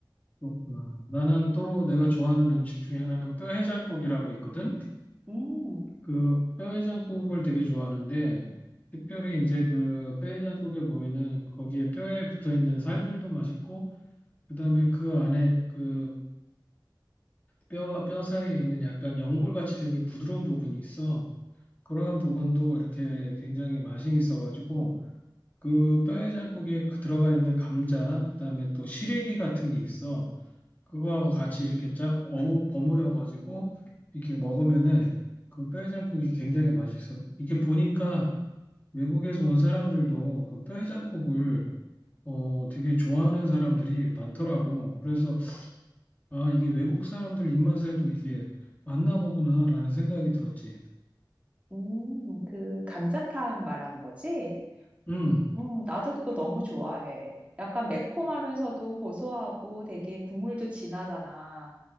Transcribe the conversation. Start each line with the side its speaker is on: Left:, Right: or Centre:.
Left: 그렇구나. 나는 또 내가 좋아하는 음식 중에 하나는 뼈해장국이라고 있거든.
Right: 음.
Left: 그 뼈해장국을 되게 좋아하는데 특별히 이제 그 뼈해장국에 보면은 거기에 뼈에 붙어 있는 살들도 맛있고 그다음에 그 안에 그 뼈와 뼈 사이에 있는 약간 연골같이 생긴 부드러운 부분이 있어. 그런 부분도 이렇게 굉장히 맛이 있어가지고 그 뼈해장국에 그 들어가 있는 감자, 그다음에 또 시래기 같은 게 있어. 그거하고 같이 이렇게 쫙 어우 버무려 가지고 이렇게 먹으면은 그 뼈해장국이 굉장히 맛있어. 이게 보니까 외국에서 온 사람들도 그 뼈해장국을 어 되게 좋아하는 사람들이 많더라고. 그래서 아 이게 외국 사람들 입맛에도 이게 맞나 보구나라는 생각이 들었지.
Right: 음, 그 감자탕 말하는 거지?
Left: 음,
Right: 음, 나도 그거 너무 좋아해. 약간 매콤하면서도 고소하고 되게 국물도 진하잖아.